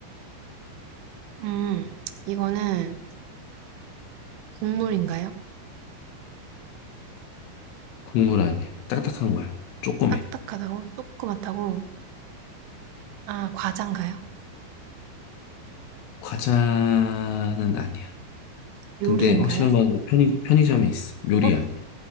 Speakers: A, on the right (about 85°); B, on the left (about 75°).
A: 응 이거는 국물인가요?
B: 국물 아니야. 딱딱한 거야. 조그매.
A: 딱딱하다고? 조그맣다고? 아, 과자인가요?
B: 과자는 아니야.
A: 요리인가요?
B: 근데 확실한 건 편의, 편의점에 있어. 요리
A: 어?
B: 아니야.